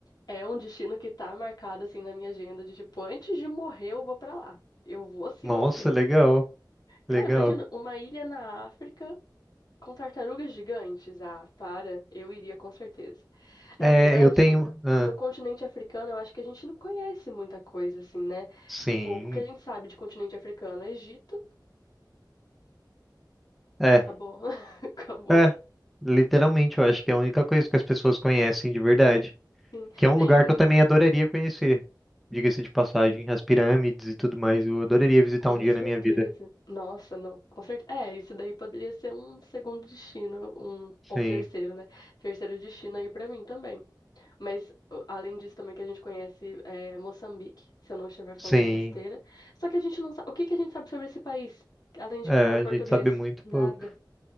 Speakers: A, on the left (about 60°); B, in the centre.
A: é um destino que tá marcado, assim, na minha agenda de, tipo, antes de morrer eu vou pra lá. Eu vou sim
B: Nossa,
A: ou sim.
B: legal, legal.
A: Cara, imagina, uma ilha na África com tartarugas gigantes. Ah, para, eu iria com certeza. Na
B: É,
A: verdade,
B: eu tenho. ah,
A: no continente africano, eu acho que a gente não conhece muita coisa assim, né?
B: sim.
A: Tipo, o que a gente sabe de continente africano? é Egito,
B: É,
A: acabou, <laughs> acabou.
B: é. Literalmente, eu acho que é a única coisa que as pessoas conhecem de verdade.
A: Sim,
B: Que é um
A: tem,
B: lugar que eu também adoraria conhecer. Diga-se de passagem, as pirâmides e tudo mais, eu adoraria visitar
A: com
B: um dia
A: certeza.
B: na minha vida.
A: Nossa, não, com certeza. É, isso daí poderia ser um segundo destino, um
B: Sim,
A: ou terceiro, né? Terceiro destino aí pra mim também. Mas, o- além disso, também que a gente conhece é, Moçambique, se eu não estiver falando
B: sim.
A: besteira. Só que a gente não sabe. O que que a gente sabe sobre esse país? Além de
B: É,
A: que fala
B: a
A: português?
B: gente sabe muito
A: Nada.
B: pouco.